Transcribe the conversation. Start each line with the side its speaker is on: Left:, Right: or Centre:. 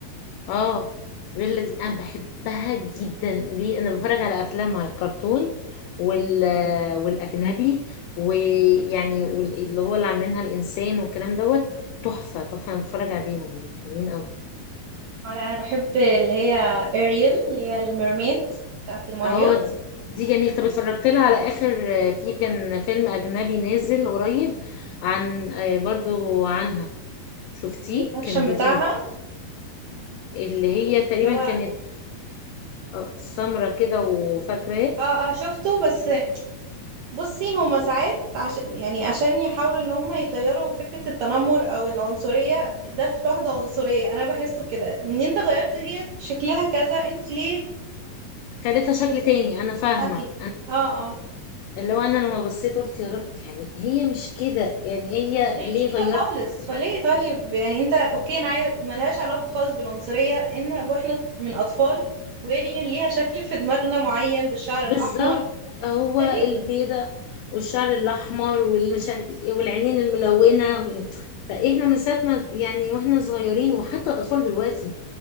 Left: اه بيلا دي انا بحبها جدا ليه انا بتفرج على افلامها الكرتون وال والاجنبي ويعني وال- اللي هو اللي عاملينها الانسان والكلام دوت تحفه تحفه انا بتفرج عليهم حلوين قوي
Right: اه لا انا بحب اللي هي اريل اللي هي الميرميد بتاعت المية
Left: اه دي, دي جميل طب اتفرجت لها على اخر آه، في كان فيلم اجنبي نازل قريب عن آه، برضو عنها شفتيه
Right: الريل اكشن
Left: كان جديد
Right: بتاعها
Left: اللي هي تقريبا
Right: اللي هو
Left: كانت آه، سمرة كده وفاكراه
Right: اه اه شفته بس بصي هما ساعات عشان يعني عشان يحاولوا ان هما يغيروا فكرة التنمر او العنصرية ده في واحدة عنصرية انا بحسه كده ان انت غيرت هي شكلها كذا انت ليه
Left: خدتها
Right: <laughs>
Left: شكل
Right: هي
Left: تاني انا فاهمه
Right: شكلي اه اه
Left: اللي هو انا لما بصيت قلت يا رب يعني هي مش كده يعني هي
Right: هي
Left: ليه
Right: مش كده
Left: غيرت
Right: خالص فليه طيب يعني انت اوكي انا عاي- ملهاش علاقة خالص بالعنصرية ان واحنا من اطفال واريال ليها شكل في دماغنا معين بالشعر
Left: بالظبط
Right: الاحمر
Left: هو
Right: فليه
Left: البيضة والشعر الاحمر والمش عارف إيه والعينين الملونة وال... فاحنا من ساعة ما يعني واحنا صغيرين وحتى الاطفال دلوقتي